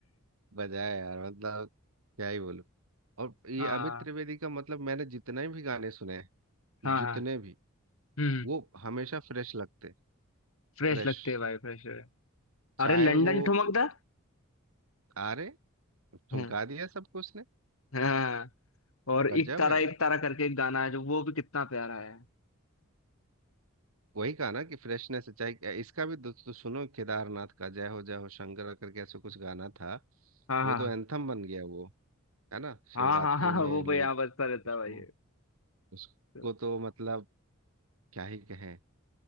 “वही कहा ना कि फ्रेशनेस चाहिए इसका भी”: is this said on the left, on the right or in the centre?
Right